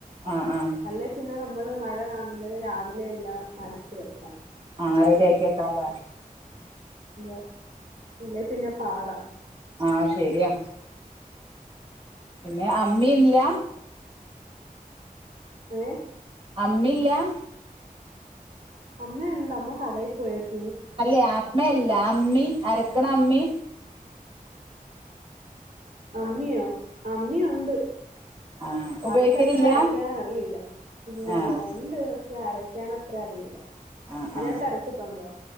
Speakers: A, on the right; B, on the right.
A: ആഹ് ആഹ്
B: അല്ലേപ്പിന്നെ ന നമ്മള് മഴ കാണുമ്പഴേ രാവിലെ എല്ലാം അരച്ചുവെക്കണം.
A: ആറരയൊക്കെത്താനൊള്ളതാ
B: ഇല്ല ഇല്ലെപ്പിന്നെ പാടാ.
A: ആ ശരിയാ. പിന്നെ അമ്മേം ഇല്ല.
B: ഏ
A: അമ്മയില്ല്യാ?
B: അമ്മയൊണ്ട്, അമ്മ കടേ പോയേക്കുവാ
A: അല്ലേ അമ്മയല്ല അമ്മി? അരക്കണ അമ്മി.
B: അമ്മിയോ? അമ്മിയൊണ്ട്,
A: ആഹ് ഉപയോഗിക്കലില്ല
B: അതിലത്ര അരക്കാനറിയില്ല. ഇല്ലില്ല
A: ആഹ്
B: ഉണ്ട് പക്ഷെ അരാകാൻ ക്കാനത്ര അറിയില്ല.
A: ആ
B: അതിനകത്ത്
A: ആ
B: അരച്ചിട്ടുണ്ടോ